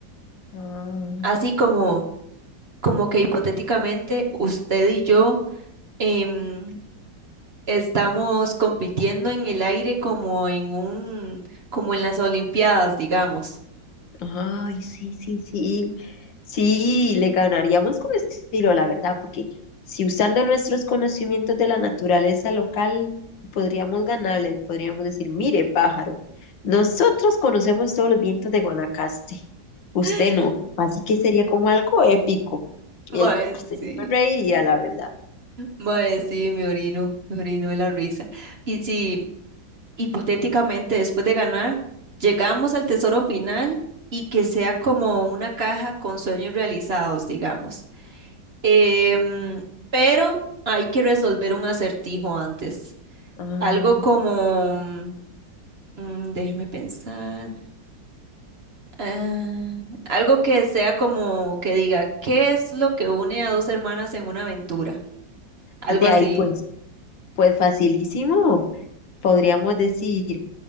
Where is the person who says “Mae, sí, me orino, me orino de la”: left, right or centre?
Right